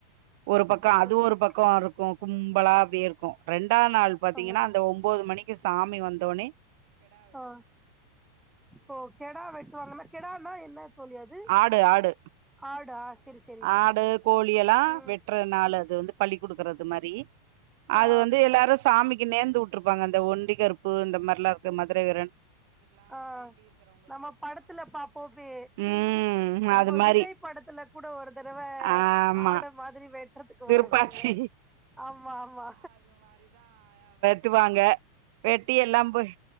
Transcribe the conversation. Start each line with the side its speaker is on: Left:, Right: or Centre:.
Right: ஒரு
Centre: சூப்பர்
Right: பக்கோ
Centre: சூப்பர்
Right: அது ஒரு பக்கோ கு கும்பலா அப்டியே இருக்கு ரெண்ட் முந்தாநாள் பாத்தீங்கன்னா
Centre: ஆ
Right: அந்த ஒம்போது மணிக் இங்க சாமி வந்த ஒனே
Centre: ஆ ஓ கெடா வெட்டுவாங்கன்னா கெடா னா என்ன தோழி அது
Right: ஆடு ஆடு
Centre: ஆடா சரி சரி
Right: ஆடு கோழி எல்லா
Centre: ம்
Right: வெட்டற நாள அது வந்து பலி கொடுக்கறது மாரி அது
Centre: ஆ
Right: வந்து எல்லாரு சாமிக்கு நேந்து உட்டுருப்பாங்க அந்த ஒண்டிகரு உப்பு இந்த மாரிலாம் இருக்க மாதிரி வேற என்
Centre: ஆ நம்ம படத்துல பாப்போமே
Right: ம்
Centre: அது இப்போ
Right: மாரி
Centre: விஜய் படத்துல கூட கூட ஒரு தடவ
Right: ஆமா
Centre: ஆடு மாதிரி வெட்டுறதுக்கு
Right: திருப்பாச்சி
Centre: வருவாங்க ஆமா ஆமா
Right: டுவாங்க வெட்டி எல்லா போய்